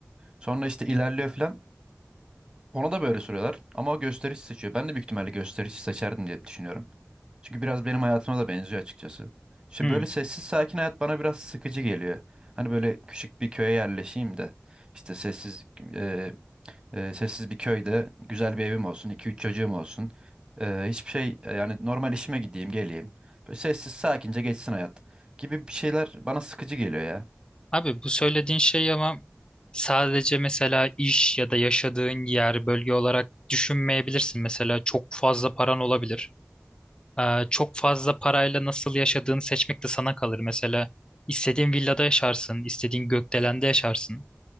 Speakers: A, on the right; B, on the left.
A: Sonra işte ilerliyor falan. Ona da böyle soruyorlar ama o gösterişi seçiyor. Ben de büyük ihtimalle gösterişi seçerdim diye düşünüyorum. Çünkü biraz benim hayatıma da benziyor açıkçası. İşte
B: Hı.
A: böyle sessiz sakin hayat bana biraz sıkıcı geliyor. Hani böyle küçük bir köye yerleşeyim de işte sessiz e, e, sessiz bir köyde güzel bir evim olsun, iki üç çocuğum olsun. E, hiçbir şey e, yani normal işime gideyim, geleyim. Böyle sessiz sakince geçsin hayat gibi bir şeyler bana sıkıcı geliyor ya.
B: Abi bu söylediğin şey ama sadece mesela iş ya da yaşadığın yer, bölge olarak düşünmeyebilirsin. Mesela çok fazla paran olabilir. Ee, çok fazla parayla nasıl yaşadığını seçmek de sana kalır. Mesela istediğin villada yaşarsın, istediğin gökdelende yaşarsın.